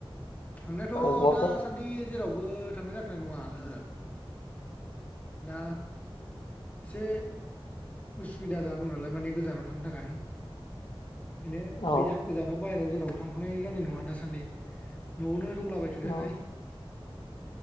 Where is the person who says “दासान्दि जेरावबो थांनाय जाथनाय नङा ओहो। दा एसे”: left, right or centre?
Left